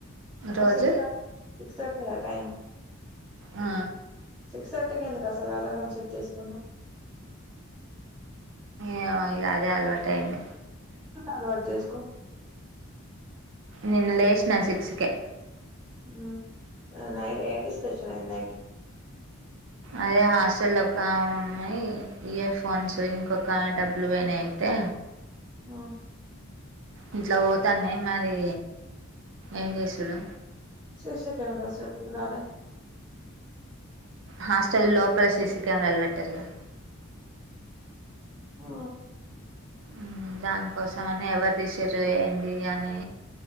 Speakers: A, on the right; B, on the right.
A: రోజు
B: ఒ సిక్స్ త సిక్స్ తట్టి టైము
A: ఆ
B: సిక్స్ థర్టీకి ఎందుకు అసలు అలారం సెట్ జేస్కున్నావ్
A: ఏవో ఇగ అదే అల్వాటేంది
B: అల్వాట్ జేస్కో
A: నిన్న లేష్నా సిక్సు కే
B: ఈ ఆ నైట్ ఏం డిస్కర్షన్ అయింది నైటు
A: అదే హాసల్లా ఒకా ఆమే ఇయర్ ఫోన్స్ ఇంకొక డబ్బులు వోనై అయితే
B: ఆ
A: ఇంట్లో వోతానే మరీ ఎన్ జేసుడు
B: శిషి కెమెరస్ రాలే
A: హాస్టల్ లోపల సీసి కెవరాల్ వెట్టరు కదా
B: ఆ
A: ఉ దాన్కోసం అని ఎవర్ దిశిర్రు ఏంది అని